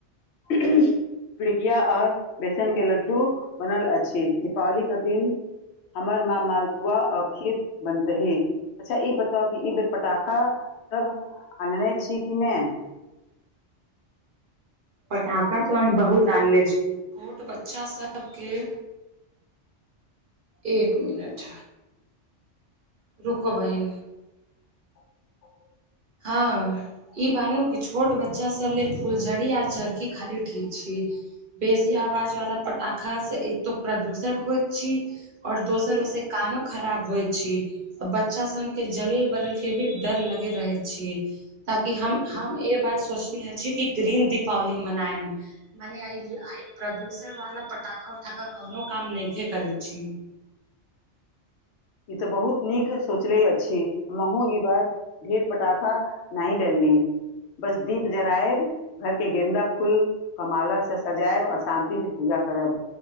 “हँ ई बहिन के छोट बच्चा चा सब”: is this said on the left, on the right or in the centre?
Right